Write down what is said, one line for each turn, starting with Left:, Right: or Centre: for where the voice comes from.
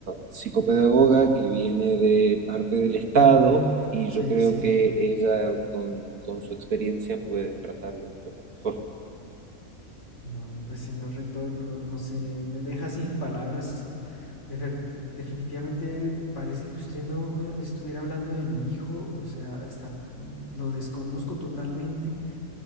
Right: psicopedagoga que viene de parte del Estado y
Left: Sí,
Right: yo creo
Left: sí.
Right: que ella con, con su experiencia puede tratarlo un poco mejor.
Left: No, pues señor rector, no, no sé, me deja sin palabras. De ver- definitivamente parece que usted no estuviera hablando de mi hijo, o sea, está, mm, lo desconozco totalmente.